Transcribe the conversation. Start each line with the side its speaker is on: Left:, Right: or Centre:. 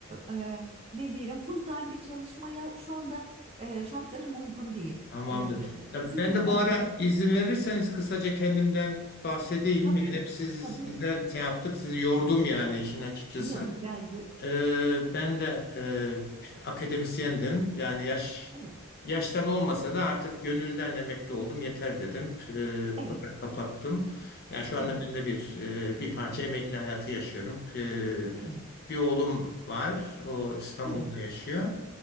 Right: e, ne diyelim full time bir çalışmaya şu anda e, şartlarım uygun değil.
Left: Tamamdır.
Right: E,
Left: Ya
Right: Bizi
Left: ben
Right: de
Left: de
Right: bir an
Left: bu ara
Right: önce bitir.
Left: izin verirseniz kısaca kendimden bahsedeyim.
Right: Tabii,
Left: Yani hep siz,
Right: tabii.
Left: sizden şey yaptık, sizi yordum yani işin açıkçası.
Right: Yok, rica ederim.
Left: Ee, ben de e, akademisyendim. Yani yaş
Right: Evet,
Left: yaştan olmasa da artık gönülden emekli oldum. Yeter dedim. Ee,
Right: evet,
Left: Programı kapattım. Yani şu anda
Right: evet,
Left: ben de bir e, bir parça emekli hayatı yaşıyorum. Ee,
Right: evet,
Left: bir oğlum var. O İstanbul'da
Right: evet.
Left: yaşıyor.